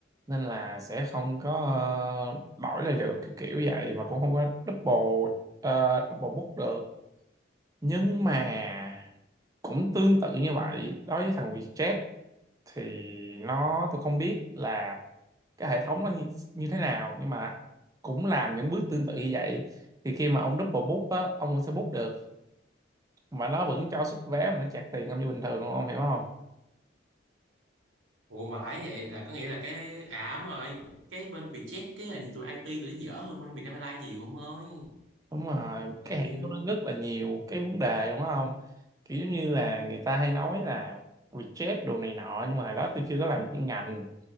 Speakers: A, on the right (about 20°); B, on the right (about 80°).
A: nên là sẽ không có ờ, đổi lại được kiểu kiểu vậy và cũng không có double ờ, double book được nhưng mà cũng tương tự như vậy đối với thằng Vietjet thì nó tôi không biết là cái hệ thống nó như, như thế nào nhưng mà cũng làm những bước tương tự như vậy thì khi mà ông double book á ông vẫn sẽ book được mà nó vẫn cho xuất vé mà nó chặt tiền ông như bình thường ông hiểu không
B: Ủa vãi vậy là có nghĩa là cái ảm rồi, cái bên Vietjet cái hình như tụi IT tụi nó dở hơn bên Vietnam Airlines nhiều ông ơi.
A: đúng rồi
B: Cái
A: cái
B: là
A: hãng
B: như
A: của nó rất là nhiều cái vấn đề đúng không kiểu giống như là người ta hay nói là reject đồ này nọ nhưng mà hồi đó tôi chưa có làm chuyên ngành